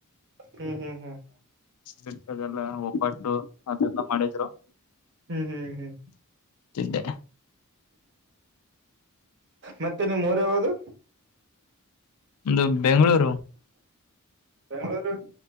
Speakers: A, on the right; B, on the left.
A: ಹ್ಮ್ ಹ್ಮ್ ಹ್ಮ್
B: ನೀಡ್ತದೆಲ್ಲ ಒಬ್ಬಟ್ಟು ಅದೆಲ್ಲ ಮಾಡಿದ್ರು
A: ಹ್ಮ್ ಹ್ಮ್ ಹ್ಮ್
B: ಚಿದ್ದ
A: ಮತ್ತೆ ನಿಮ್ಮ ಊರು ಯಾವದು
B: ಒ್ದ ಬೆಂಗಳೂರು
A: ಬೆಂಗಗಳೂರು